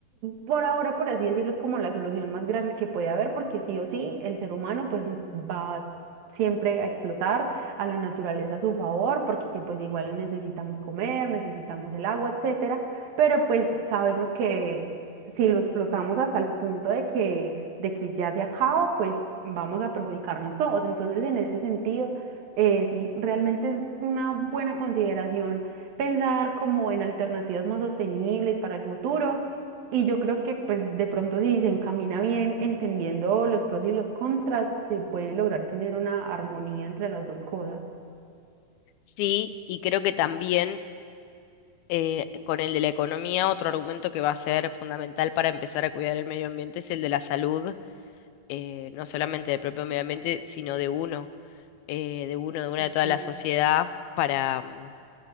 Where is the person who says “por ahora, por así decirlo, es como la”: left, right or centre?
Right